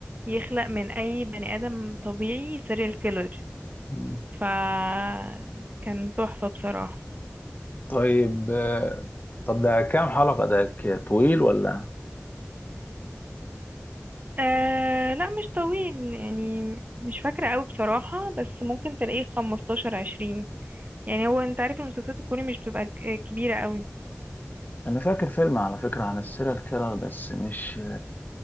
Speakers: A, on the right (about 35°); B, on the left (about 40°).
A: يخلق من اي بني ادم طبيعي سيريال كيلر
B: مم.
A: فكان تحفة بصراحة
B: طيب آه، طب ده كام حلقة ده ك- طويل ولا
A: آه لا مش طويل يعني مش فاكرة قوي بصراحة بس ممكن تلاقيه خمستاشر عشرين يعني هو انت عارف المسلسلات الكوري مش بتبقى ك- آه، كبيرة قوي
B: انا فاكر فيلم على فكرة عن السيريال كيلر بس مش